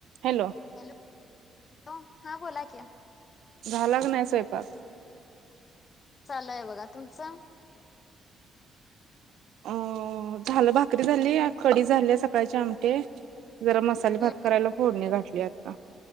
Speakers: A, on the right (about 75°); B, on the left (about 40°).
A: hello
B: hello हा बोला की
A: झालका नाही स्वयपाक
B: चालय बघा तुमचं
A: अ झालं भाकरी झाली कडी झाली सकाळचे आमटी जरा मसाले
B: हम्म
A: भात करायला फोडणी गाठली आता